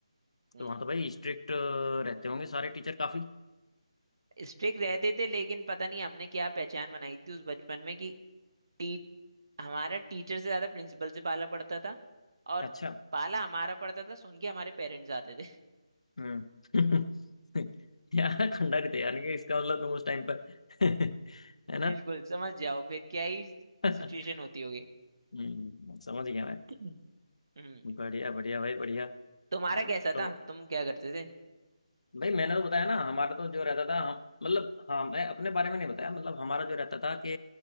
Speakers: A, on the right; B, on the left.
A: हम्म।
B: तो वहाँ तो भाई स्ट्रिक्ट रहते होंगे सारे टीचर काफी
A: स्ट्रिक्ट रहते थे लेकिन पता नहीं हमने क्या पहचान बनाई थी उस बचपन में कि टी, हमारा टीचर से ज्यादा प्रिंसिपल से पाला पड़ता था और
B: अच्छा
A: पाला हमारा पड़ता था सुन के हमारे पेरेंट्स आते थे
B: हम्म <laughs> यार खंडा थे यार कि इसका मतलब तुम उस टाइम पर <laughs> है
A: <laughs>
B: ना
A: बिल्कुल समझ जाओ फिर क्या ही
B: <laughs>
A: सिचुएशन होती होगी
B: हम्म समझ गया मैं
A: <clears throat> हम्म
B: बढ़िया बढ़िया भाई बढ़िया
A: तुम्हारा कैसा
B: तो
A: था तुम क्या करते थे
B: भाई मैंने तो बताया ना हमारा तो जो रहता था हम मतलब हाँ मैं अपने बारे में नहीं बताया मतलब हमारा जो रहता था कि